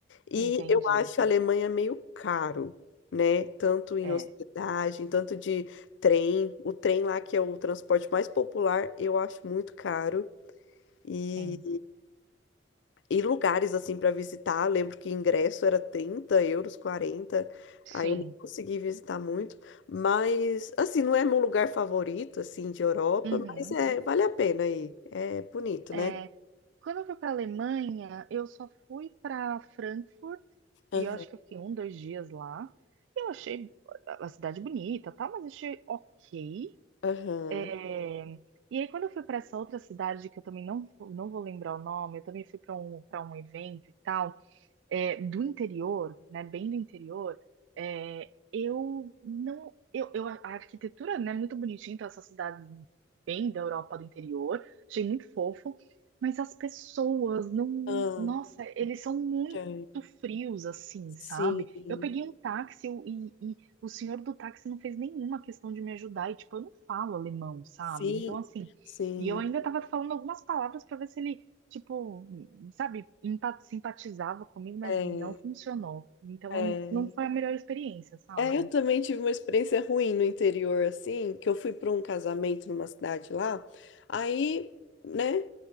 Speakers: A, on the left (about 75°); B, on the right (about 80°).
A: E
B: entendi.
A: eu acho a Alemanha meio caro, né? Tanto em
B: É.
A: hospedagem, tanto de trem. O trem lá, que é o transporte mais popular, eu acho muito caro. E,
B: Sim,
A: e lugares assim para visitar, lembro que ingresso era trinta euros, quarenta
B: sim.
A: Aí eu nem consegui visitar muito. Mas, assim, não é meu lugar favorito, assim, de Europa,
B: Uhum.
A: mas é, vale a pena aí. É bonito,
B: É,
A: né?
B: quando eu fui para a Alemanha, eu só fui para Frankfurt
A: Aham,
B: e eu acho que eu fiquei um, dois dias lá. Eu achei a a cidade bonita, tá? Mas achei ok.
A: aham.
B: É, e aí quando eu fui para essa outra cidade que eu também não, não vou lembrar o nome, eu também fui para um para um evento e tal. é, do interior, né, bem do interior, é, eu não, eu, eu- a arquitetura, né, é muito bonitinha, então essas cidades bem da Europa do interior, achei muito fofo, mas as pessoas não, não-
A: Ah,
B: nossa, eles são muito
A: tá.
B: frios assim, sabe?
A: Sim.
B: Eu peguei um táxi e, e o senhor do táxi não fez nenhuma questão de me ajudar, e tipo, eu não falo alemão, sabe?
A: Sim,
B: Então assim,
A: sim.
B: e eu ainda tava falando algumas palavras para ver se ele tipo, sabe, empa- simpatizava comigo, mas
A: É,
B: não funcionou. Então
A: é.
B: eu- não foi a melhor experiência, sabe?
A: É, eu também tive uma experiência ruim no interior, assim, que eu fui para um casamento numa cidade lá. Aí, né,